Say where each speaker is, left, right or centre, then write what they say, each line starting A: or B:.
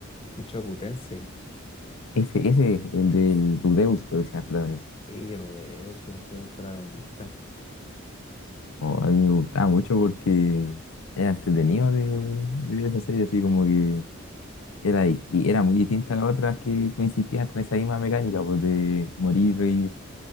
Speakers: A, on the left; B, on the left.
A: Mushoku Tensei.
B: ese, ese, el del Rudeus, creo que se llama el protagonista.
A: Sí, Rodeo, su que es el protagonista.
B: O a mí me gustaba mucho porque era entretenido de, de ver esa serie, así como que era, disti- era muy distinta a las otras que coincidían con esa misma mecánica, pues de morir, reír.